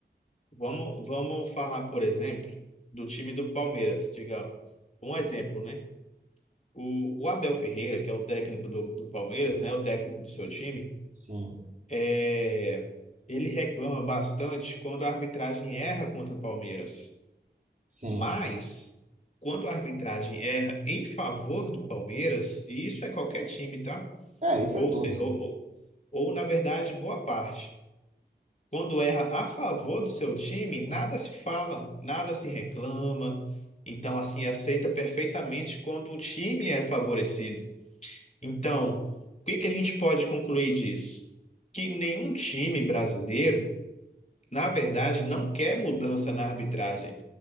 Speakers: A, on the left; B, on the right.
A: Vamos, vamos falar, por exemplo, do time do Palmeiras, diga um exemplo, né? O, o Abel Ferreira, que é o técnico do, do Palmeiras, né, o técnico do seu time,
B: Sim,
A: é, ele reclama bastante quando a arbitragem erra contra o Palmeiras.
B: sim.
A: Mas, quando a arbitragem erra em favor do Palmeiras, e isso é qualquer time, tá?
B: É, isso
A: Ou,
B: é todos.
A: se, ou,
B: né?
A: ou, ou, na verdade, boa parte. Quando erra a favor do seu time, nada se fala, nada se reclama. Então, assim, aceita perfeitamente quando o time é favorecido. Então, o que que a gente pode concluir disso? Que nenhum time brasileiro, na verdade, não quer mudança na arbitragem.